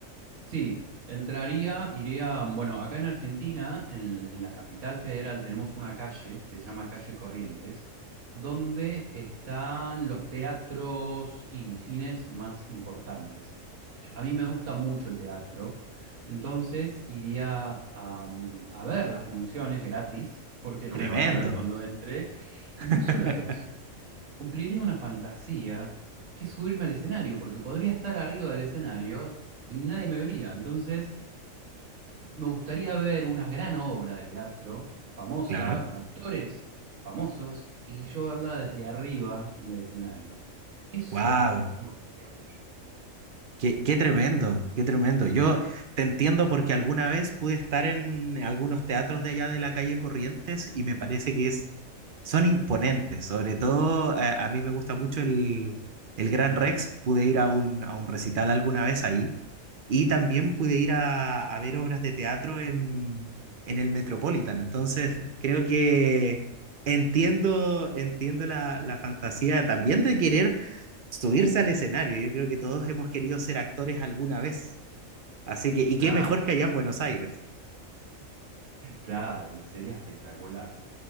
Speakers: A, on the right; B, on the right.
A: Sí, entraría, iría, bueno, acá en Argentina, en, en la capital federal, tenemos una calle que se llama Calle Corrientes, donde están los teatros y cines más importantes. Yo- A mí me gusta mucho el teatro, entonces iría a, mm, a ver las funciones gratis, porque no
B: Tremendo,
A: me van a ver cuando entre.
B: <laughs>
A: Y no solo eso. Cumpliría una fantasía que es subirme al escenario, porque podría estar arriba del escenario y nadie me vería. Entonces, me gustaría ver una gran obra de teatro, famosa,
B: claro.
A: con actores famosos, y yo verla desde arriba del escenario. Eso
B: Wow.
A: me gustaría mucho.
B: Qué, qué tremendo, qué tremendo. Yo te entiendo porque alguna vez pude estar en algunos teatros de allá de la calle Corrientes y me parece que es, son imponentes. Sobre todo, eh, a mí me gusta mucho el, el Gran Rex. Pude ir a un, a un recital alguna vez ahí y también pude ir a, a ver obras de teatro en, en el Metropolitan. Entonces, creo que entiendo, entiendo la, la fantasía también de querer subirse al escenario. Yo creo que todos hemos querido ser actores alguna vez. Así que, y
A: Claro,
B: qué mejor que allá en Buenos Aires.
A: claro, sería espectacular.